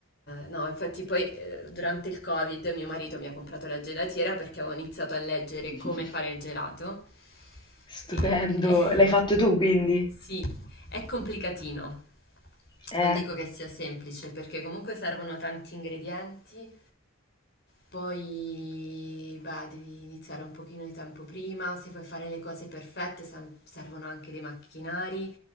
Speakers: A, on the left; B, on the left.
A: no, infatti poi eh, durante il Covid mio marito mi ha comprato la gelatiera perché avevo iniziato a leggere
B: <laughs>
A: come fare il gelato.
B: Stupendo,
A: E... <laughs>
B: l'hai fatto tu quindi?
A: Sì, è complicatino.
B: Eh.
A: Non dico che sia semplice perché comunque servono tanti ingredienti poi, beh, devi iniziare un pochino di tempo prima, se vuoi fare le cose perfette sem- servono anche dei macchinari.